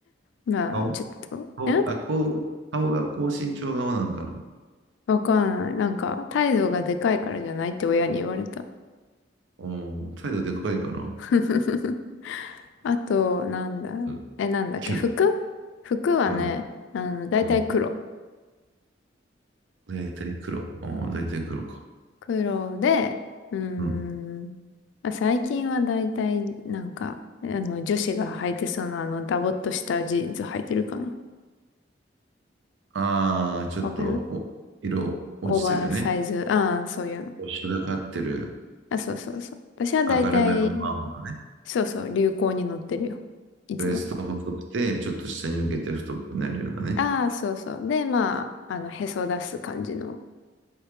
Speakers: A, on the left; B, on the right.
A: まあ、
B: 顔
A: ちょっと、
B: 顔、
A: ん
B: あ、こう、顔が高身長顔なんかな。
A: わかんない。なんか、態度がでかいからじゃないって親に言われた。
B: おー、態度でかいかな。
A: <laughs> あと、なんだろう。
B: うん。
A: え、なんだっけ、
B: きゅう
A: 服服はね、
B: うん、
A: あの、だいたい黒。
B: うん。だいたい黒。おー、だいたい黒か。
A: 黒で、うーん、
B: うん。
A: まあ最近はだいたい、なんか、あの、女子が履いてそうな、あの、ダボっとしたジーンズ履いてるかな。
B: あー、ちょっと、
A: わかる
B: お、色落ちてるね。
A: オーバーサイズ、ああ、そういうの。
B: よし。がかってる
A: あ、そうそうそう。私はだいたい、
B: 明るめの青のね。
A: そうそう、流行に乗ってるよ。いつも。
B: ウエスト細くて、ちょっと下に向けて太くなるようなね。
A: ああ、そうそう。で、まあ、あの、へそ出す感じの。